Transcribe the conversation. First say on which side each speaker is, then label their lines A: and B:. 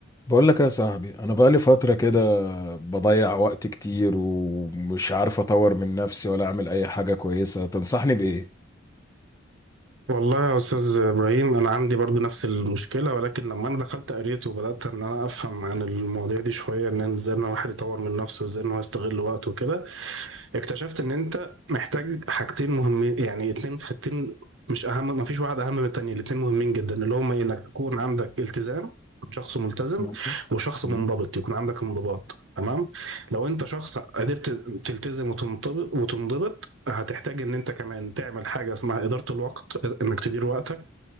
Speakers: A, on the left; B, on the right.
A: بقول لك يا صاحبي انا بقالي فتره كده بضيع وقت كتير ومش عارف اطور من نفسي ولا اعمل اي حاجه كويسه تنصحني بايه
B: والله يا استاذ ابراهيم انا عندي برضو نفس المشكله ولكن لما انا دخلت قريت وبدات ان انا افهم عن المواضيع دي شويه ان ازاي ان الواحد يطور من نفسه وازاي ان هو يستغل وقته وكده اكتشفت ان انت محتاج حاجتين مهمين يعني اتنين حاجتين مش اهم ما فيش واحد اهم من التانية الاتنين مهمين جدا اللي هما انك تكون عندك التزام شخص ملتزم
A: تمام
B: وشخص
A: تمام.
B: منضبط يكون عندك انضباط تمام لو انت شخص قدرت تلتزم وتنضبط وتنضبط هتحتاج ان انت كمان تعمل حاجة اسمها إدارة الوقت انك تدير وقتك